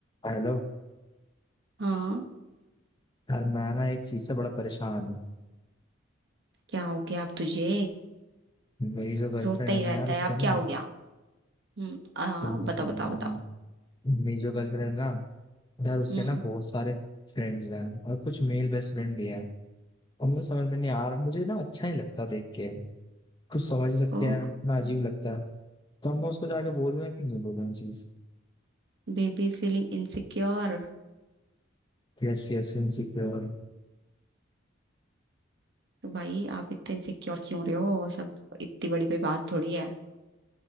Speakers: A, on the left; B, on the right.
A: Hello
B: हाँ
A: यार मैं ना एक चीज से बड़ा परेशान हूँ
B: क्या हो गया आप तुझे
A: मेरी जो गर्लफ्रेंड
B: रोता ही
A: है ना
B: रहता
A: यार उसके
B: है आप क्या
A: ना
B: हो गया हम्म आ
A: तुम तो सही
B: बताओ बताओ
A: यार
B: बताओ
A: मेरी जो गर्लफ्रेंड है ना यार उसके
B: Hmm
A: ना बहुत सारे फ्रेंड्स हैं और कुछ मेल बेस्ट फ्रेंड भी हैं और मुझे समझ में नहीं आ रहा मुझे ना अच्छा नहीं लगता देख के कुछ समझ ही सकते
B: Oh
A: हैं ना अजीब लगता है तो अब मैं उसको जाके बोलूँ या कि नहीं बोलूँ चीज
B: Baby is feeling insecure
A: Yes yes insecure
B: तो भाई आप इतने इनसिक्योर क्यों रहे हो सब इतनी बड़ी कोई बात थोड़ी है